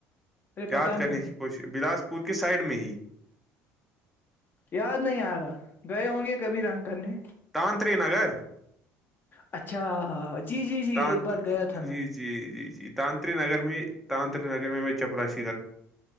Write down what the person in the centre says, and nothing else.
یاد
کرنے کی کوشش بلاسپور کے سائڈ میں ہی
تانتری نگر
تان
جی
جی جی جی تانتری نگر میں تانتری نگر میں میں چپراش